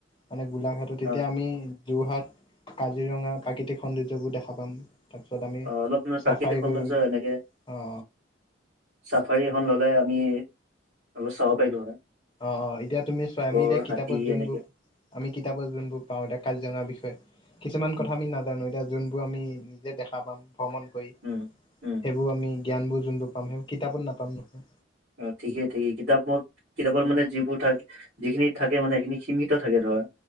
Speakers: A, on the left; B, on the right.
A: মানে গোলাঘাটত এতিয়া
B: অ
A: আমি যোৰহাট কাজিৰঙা প্ৰাকৃতিক সৌন্দৰ্যবোৰ দেখা পাম। তাৰপিছত আমি
B: অ অলপ মানে
A: চাফাই
B: প্ৰাকৃতিক সৌন্দৰ্য
A: কৰিম
B: এনেকে
A: অ
B: চাফাৰী এখন ললে আমি অলপ চাব পাৰিলো হয়।
A: অ অ এতিয়া তুমি চোৱাআমি
B: গড়
A: দিয়া কিতাপত
B: হাতী
A: যোনবোৰ
B: এনেকে
A: - আমি কিতাপৰ যোনবোৰ পাও এতিয়া কাজিৰঙাৰ বিষয়ে কিছুমান
B: উম
A: কথা আমি নাজানো এতিয়া যোনবোৰ আমি নিজে দেখা পাম ভ্ৰমণ কৰি,
B: উম উম
A: সেইবোৰ আমি জ্ঞানবোৰ যোনটো পাম সেইবোৰ কিতাপত নাপাম নহয়।
B: অ ঠিকেই ঠিকেই কিতাপ মত কিতাপৰ মানে যিবোৰ থাক যিখিনি থাকে মানে সেইখিনি সীমিত থাকে ধৰ।